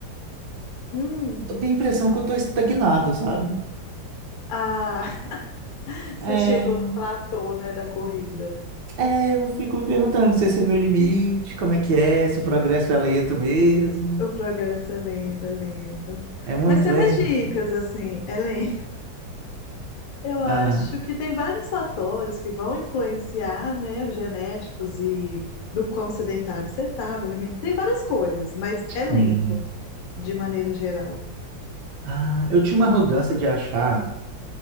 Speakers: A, on the left; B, on the right.
A: Hum.
B: eu tenho a impressão que eu tô estagnado, sabe?
A: Ah, <laughs> você
B: É,
A: chegou no platô, né, da corrida.
B: é, eu fico me perguntando se esse é meu limite, como é que é, se o progresso é lento mesmo.
A: O progresso é lento, é lento.
B: É muito
A: Mas tem
B: lento.
A: umas dicas, assim, é lento. Eu acho
B: Ah,
A: que tem vários fatores que vão influenciar, né, genéticos e do quão sedentário você estava, tem várias coisas, mas é lento,
B: sim.
A: de maneira geral.
B: Ah, eu tinha uma arrogância de achar